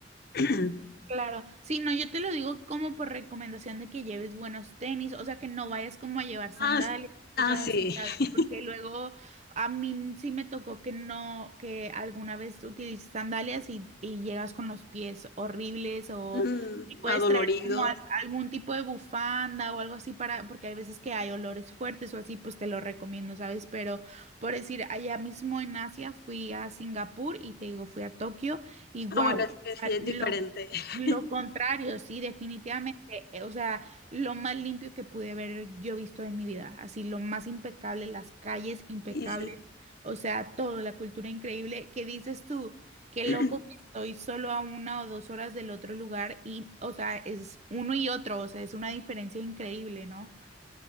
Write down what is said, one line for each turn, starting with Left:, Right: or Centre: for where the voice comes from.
Left: <clears throat>
Right: Claro, sí, no, yo te lo digo como por recomendación de que lleves buenos tenis, o sea, que no vayas como a llevar sandalias,
Left: Ah, s-
Right: cosas
Left: ah, sí,
Right: así, ¿sabes?
Left: <laughs>
Right: Porque luego a mí sí me tocó que no, que alguna vez utilices sandalias y, y llegas con los pies horribles o
Left: Mm,
Right: y puedes
Left: adoloridos.
Right: traer como a- algún tipo de bufanda o algo así para, porque hay veces que hay olores fuertes o así, pues te lo recomiendo, ¿sabes? Pero por decir, allá mismo en Asia fui a Singapur y te digo, fui a Tokio y wow.
Left: Ah, bueno, es que sí
Right: Sea,
Left: es
Right: lo
Left: diferente. <laughs>
Right: lo contrario, sí, definitivamente. eh, O sea, lo más limpio que pude ver yo visto en mi vida. Así, lo más impecable, las calles impecables.
Left: Y sí.
Right: O sea, todo, la cultura increíble. ¿Qué dices tú? Qué
Left: <clears throat>
Right: loco que estoy solo a una o dos horas del otro lugar y, o sea, es uno y otro. O sea, es una diferencia increíble, ¿no?